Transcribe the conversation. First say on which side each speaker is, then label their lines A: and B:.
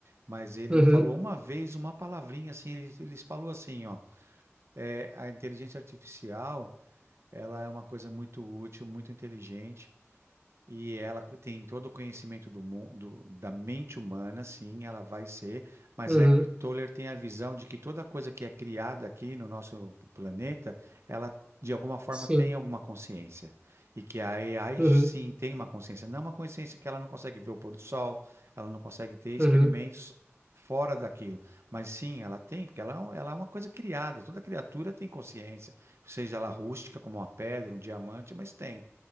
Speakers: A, on the right; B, on the right.
A: Mas ele
B: uhum,
A: falou uma vez uma palavrinha assim, ele, ele falou assim, ó, é, a inteligência artificial, ela é uma coisa muito útil, muito inteligente. E ela co- tem todo o conhecimento do mundo, da mente humana, sim, ela vai ser, mas
B: uhum,
A: Eckhart Tolle tem a visão de que toda coisa que é criada aqui no nosso planeta, ela de alguma forma
B: sim.
A: tem alguma consciência. E que a AI
B: Uhum,
A: sim tem uma consciência, não é uma consciência que ela não consegue ver o pôr do sol, ela não consegue ter experimentos
B: uhum,
A: fora daquilo, mas sim, ela tem, porque ela, é um- ela é uma coisa criada, toda criatura tem consciência, seja ela rústica como uma pedra, um diamante, mas tem